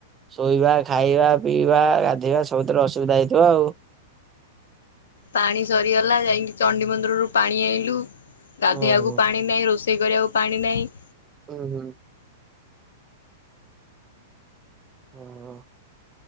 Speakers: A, on the right; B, on the left.
A: ଶୋଇବା ଖାଇବା ପିଇବା ଗାଧେଇବା ସବୁଥିରେ ଅସୁବିଧା ହେଇଥିବ ଆଉ।
B: ପାଣି ସରିଗଲା ଯାଇକି ଚଣ୍ଡି ମନ୍ଦିରରୁ ପାଣି ଆଇଁଲୁ ଗାଧେଇବାକୁ
A: ଓହୋ
B: ପାଣି ନାଇଁ ରୋଷେଇ ରୋସେଇ କରିବାକୁ ପାଣି ନାଇଁ।
A: ହୁଁ ହୁଁ। ଓହୋ